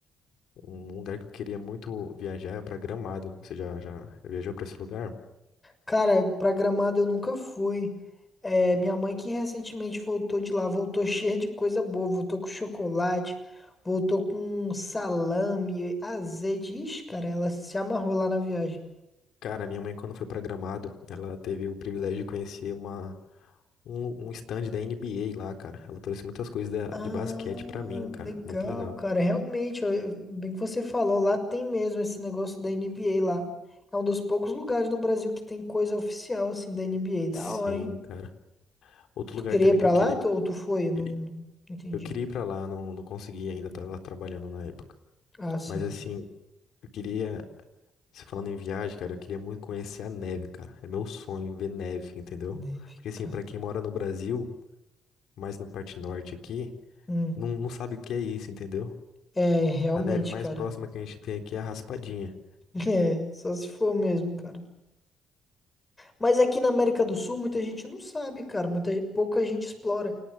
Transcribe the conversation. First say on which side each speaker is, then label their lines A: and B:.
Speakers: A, on the left; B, on the left.
A: um lugar que eu queria muito viajar é pra Gramado. Você já, já viajou pra esse lugar?
B: Cara, pra Gramado eu nunca fui. É, minha mãe que recentemente voltou de lá, voltou <laughs> cheia de coisa boa, voltou com chocolate, voltou com salame, azeite. Ixi, cara, ela se amarrou lá na viagem.
A: Cara, minha mãe, quando foi pra Gramado, ela teve o privilégio de conhecer uma. um, um stand da NBA lá, cara. Ela trouxe muitas coisas da-
B: Ah,
A: de basquete pra mim, cara.
B: legal,
A: Muito legal.
B: cara. Realmente, ó, eu- bem que você falou, lá tem mesmo esse negócio da NBA lá. É um dos poucos lugares no Brasil que tem coisa oficial assim da NBA. Da
A: Sim,
B: hora, hein?
A: cara. Outro
B: Tu
A: lugar
B: queria
A: também
B: ir
A: que
B: pra
A: eu queria,
B: lá tu- ou tu foi? Eu Não,
A: queria-
B: não entendi.
A: eu queria ir pra lá, não, não consegui ainda, tava trabalhando na época.
B: Ah, sim.
A: Mas assim, eu queria, se falando em viagem, cara, eu queria muito conhecer a neve, cara. É meu sonho ver neve, entendeu?
B: Deve,
A: Porque assim,
B: cara.
A: pra quem mora no Brasil, mais na parte norte aqui,
B: Hum.
A: não, não sabe o que é isso, entendeu?
B: É, realmente,
A: A neve mais
B: cara.
A: próxima que a gente tem aqui é a raspadinha.
B: <laughs> É, só se for mesmo, cara. Mas aqui na América do Sul, muita gente não sabe, cara. Muita, pouca gente explora.